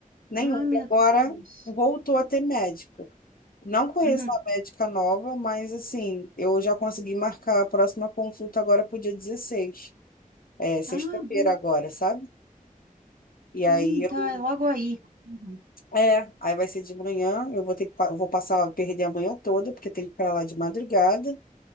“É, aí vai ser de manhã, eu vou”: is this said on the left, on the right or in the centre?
Left